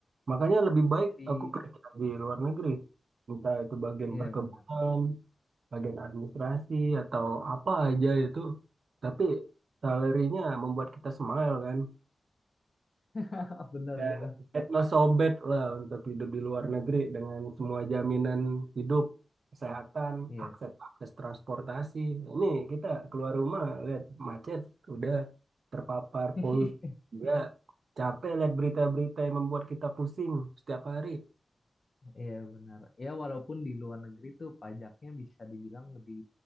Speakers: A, on the right; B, on the left.
A: Makanya lebih baik
B: Jadi
A: aku kerja di luar negeri. Entah itu bagian
B: iya
A: perkebunan,
B: benar.
A: bagian administrasi, atau apa aja itu. Tapi salarinya membuat kita smile kan.
B: <laughs> Benar
A: Dan
B: benar.
A: Etno sobek lah untuk hidup di luar negeri dengan semua jaminan hidup, kesehatan,
B: Iya.
A: akses akses transportasi. Ini kita keluar rumah lihat macet, udah terpapar
B: <laughs>
A: polusi, udah capek lihat berita-berita yang membuat kita pusing setiap hari.
B: Iya benar. Ya walaupun di luar negeri tuh pajaknya bisa dibilang lebih